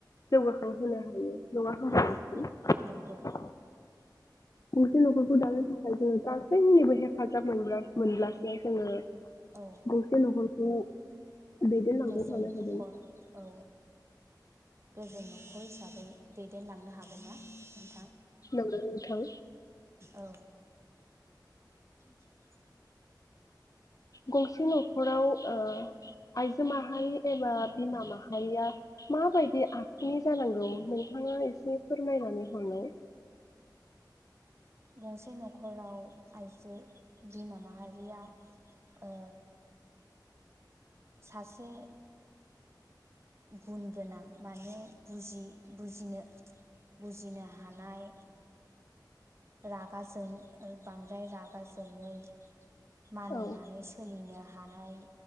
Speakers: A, on the left; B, on the right.
A: जौगाखांहोनो हायो नङा होनबा
B: ओ
A: नोंथां
B: नंगौ
A: गंसे न'खरखौ दानो थाखाय जोङो गासैैबो हे फाजाब मोनब्ला मोनब्लासो जोङो
B: औ
A: गंसे न'खरखौ दैदेनलांबाय
B: गोजोन
A: थानो हादों
B: न'खर औ गोजोन न'खर हिसा बै दैदेनलांनो हागोन ना नोंथां?
A: नोंगौ नोंथां
B: औ <inaudible>
A: गंसे न'खराव ओ आइजो माहारि एबा बिमा माहारिया माबायदि आखुनि जानांगौ नोंथाङा एसे फोरमायनानै हरनाय
B: गंसे न'खराव आइजो बिमा माहारिया ओ सासे गुन गोनां माने बुजि बुजिनो बुजिनो हानाय रागा जों ओ बांद्राय रागा जोंङै मानिनानै
A: औ
B: सोलिनो हानाय